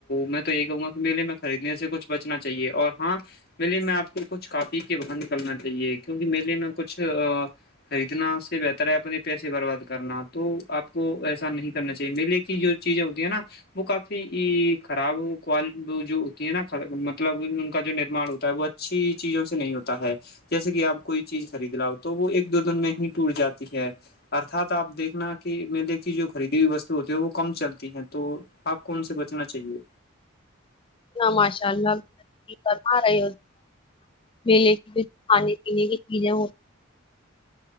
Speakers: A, on the left; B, on the left.
A: میں تو یہی کہوں گا کہ میلے میں خریدنے سے کچھ بچنا چاہیے اور ہاں میے میں آپ کو کچھ کاپی کے بر نکلنا چاہیے کیونکہ میلے میں کچھ خریدنا سے بہتر ہے اپنے پیسے برباد کرنا تو آپ کو ایسا نہیں کرنا چاہیے میر لے چ جو چیز آتی ہےا وہ کافی خراب کوال جو ہوتی ہے نا مطلب ان کا جو نرمان ہوتا ہے وہ اا اچھی چیزوں سے نہیں ہوتا ہے جیسے کہ آپ کوئی چیز خرید لا ہو تو وہ ایک دو دن میں ہی ٹوٹ جاتی ہے ارھات آپ دیکھنا کہ میلے کی جو خریدی ہوئی وستو ہوتی ہے وہ کم چلتی ہے تو آپ کون سے بچنا چاہیے
B: ماشاء اللہ کرم رہے ہو میلے کی بھی کھانے پینے کی چیزیں ہوتی